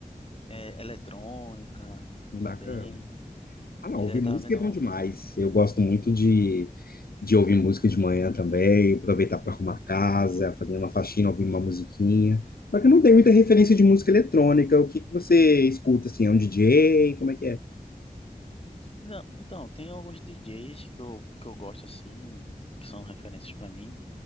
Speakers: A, on the left; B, on the left.
A: é, eletrônica
B: bacana.
A: também.
B: Ah, não,
A: E
B: ouvir
A: daí tava
B: música
A: vendo.
B: é bom demais. Eu gosto muito de, de ouvir música de manhã também, aproveitar para arrumar a casa, fazer uma faxina, ouvir uma musiquinha. Só que eu não tenho muita referência de música eletrônica. O que que você escuta, assim? É um DJ? Como é que é?
A: Não, então, tem alguns DJs que eu, que eu gosto assim, que são referências pra mim.